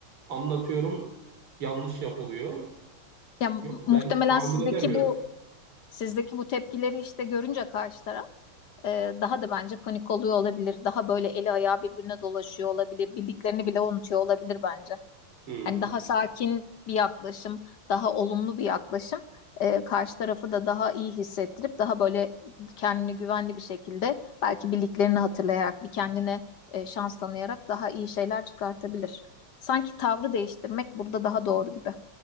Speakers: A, on the right (about 90°); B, on the left (about 55°).
A: Anlatıyorum yanlış yapılıyor.
B: Ya,
A: Yok
B: muhtemelen
A: ben tahammül
B: sizdeki
A: edemiyorum.
B: bu sizdeki bu tepkileri işte görünce karşı taraf e, daha da bence panik oluyor olabilir. Daha böyle eli ayağı birbirine dolaşıyor olabilir. Bildiklerini bile unutuyor olabilir bence.
A: Hmm.
B: Hani daha sakin bir yaklaşım, daha olumlu bir yaklaşım e, karşı tarafı da daha iyi hissettirip daha böyle kendini güvenli bir şekilde belki bildiklerini hatırlayarak bir kendine e, şans tanıyarak daha iyi şeyler çıkartabilir. Sanki tavrı değiştirmek burada daha doğru gibi.